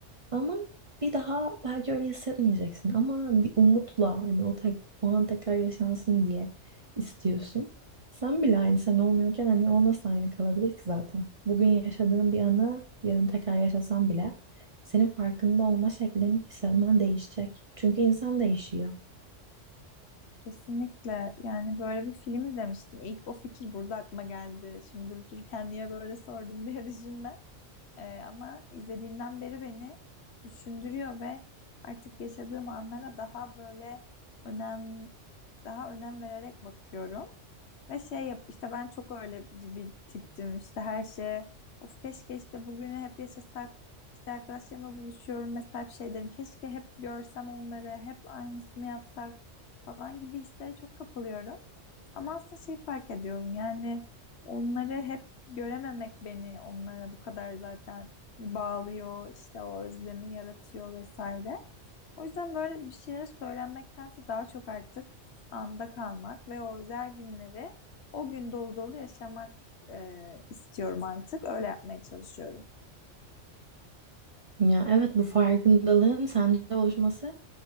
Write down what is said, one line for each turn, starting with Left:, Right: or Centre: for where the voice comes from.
Right: Ama bir daha belki öyle hissetmeyeceksin. Ama bir umutla hani o, tek, o an tekrar yaşansın diye istiyorsun. Sen bile aynı sen olmuyorken hani o nasıl aynı kalabilir ki zaten? Bugün yaşadığın bir anı yarın tekrar yaşasan bile senin farkında olma şeklin hissetmen değişecek. Çünkü insan değişiyor.
Left: Kesinlikle yani böyle bir film izlemiştim. İlk o fikir burada aklıma geldi. Şimdi durup dururken niye böyle sordum <laughs> diye düşünme. Ee, ama izlediğimden beri beni düşündürüyor ve artık yaşadığım anlara daha böyle önem daha önem vererek bakıyorum. Ve şey yap işte ben çok öyle bir tiptim işte her şeye of keşke işte bugünü hep yaşasak işte arkadaşlarımla buluşuyorum mesela hep şey derim keşke hep görsem onları hep aynısını yapsak falan gibi hislere çok kapılıyorum. Ama aslında şey fark ediyorum yani onları hep görememek beni onlara bu kadar zaten bağlıyor işte o özlemi yaratıyor vesaire. O yüzden böyle bir şeyler söylenmektense daha çok artık anda kalmak ve o özel günleri o gün dolu dolu yaşamak e, istiyorum artık. Öyle yapmaya çalışıyorum.
Right: Ya evet bu farkındalığın sende oluşması